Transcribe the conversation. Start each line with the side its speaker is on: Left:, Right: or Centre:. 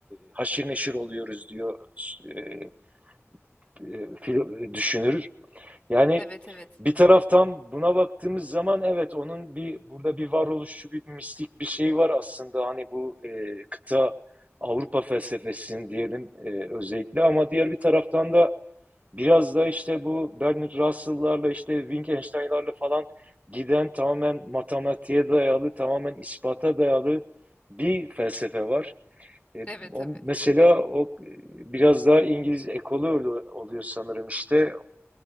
Right: haşir neşir oluyoruz diyor eee, eee, düşünür. Yani
Left: evet, evet,
Right: bir taraftan buna baktığımız zaman evet onun bir burada bir varoluşçu bir mistik bir şey var aslında hani bu e, kıta Avrupa felsefesinin diyelim e, özellikle ama diğer bir taraftan da biraz da işte bu Bernard Russell'larla işte Wittgenstein'larla falan giden tamamen matematiğe dayalı tamamen ispata dayalı bir felsefe var. E,
Left: evet tabii.
Right: o, mesela o e, biraz daha İngiliz ekolü oluyor sanırım işte